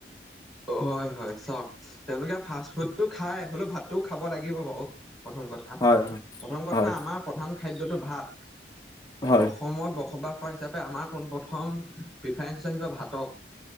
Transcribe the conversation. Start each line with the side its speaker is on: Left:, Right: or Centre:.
Centre: অ হয় হয় চাওক তেওঁলোকে ফাষ্ট ফুডটো খাই হ'লেও ভাতটোও খাব লাগিব বাৰু প্ৰথম কথা
Left: হয় হয়
Centre: প্ৰথম কথা
Left: হয়
Centre: আমাৰ প্ৰধান খাদ্যটো ভাত
Left: হয়
Centre: অসমত বসবাস হিচাপে আমাৰ পোন প্ৰথম প্ৰিফাৰেঞ্চ চ আহিবা ভাতক